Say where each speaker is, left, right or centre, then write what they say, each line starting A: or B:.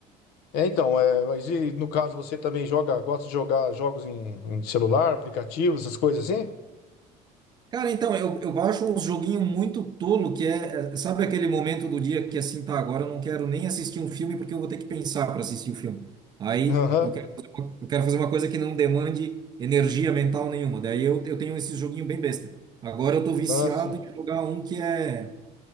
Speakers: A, on the left; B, on the right.
A: É, então, é, mas e no caso você também joga, gosta de jogar jogos em, em celular, aplicativos, essas coisas assim?
B: Cara, então, eu, eu baixo uns joguinho muito tolo que é, é, sabe aquele momento do dia que assim, tá, agora eu não quero nem assistir um filme porque eu vou ter que pensar para assistir o filme. Aí
A: Aham,
B: eu quero fazer uma, eu quero fazer uma coisa que não demande energia mental nenhuma. Daí eu, eu tenho esse joguinho bem besta. Agora eu tô viciado
A: Ah, sim.
B: em jogar um que é.